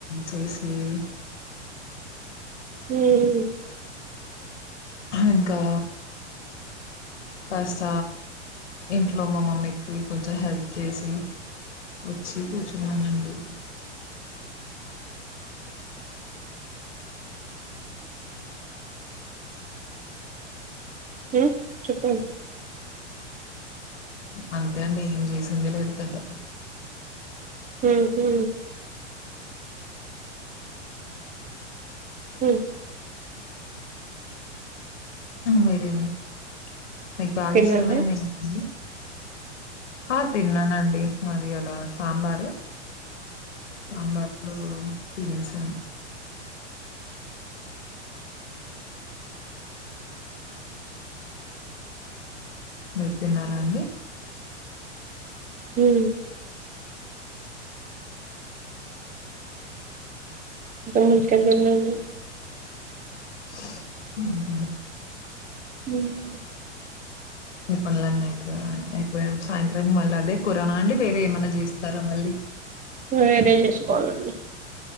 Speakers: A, on the left; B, on the right.
A: సరే సరే
B: హ్మ్
A: ఇంకా కాస్త ఇంట్లో మా మమ్మీకి కొంచెం హెల్ప్ చేసి వచ్చి కూర్చున్నానండి.
B: హ్మ్ చెప్పం
A: అంతే అండి ఏం చేసింది. లేదు పెద్ద
B: హ్మ్ ఉ హ్మ్
A: వేరే ఏమైనా మీకా
B: తిన్నారా
A: ఇష్టమైంది ఏం ఆ తిన్నానండి మాదివాళ్ల సాంబారు సాంబార్ తుడువ్ తినేసా మీరు తిన్నారా అండి
B: హ్మ్ రాండి ఎక్కడికి ఎళ్ళాలి.
A: అ
B: హ్మ్
A: ఈ పనులన్నీ అయిపోయా అయిపోయాం సాయంత్రాము మళ్ళీ అదే కూరనా అండి వేరే ఏమన్నా చేస్తారా మళ్ళీ
B: వేరే చేసుకోవాలండి.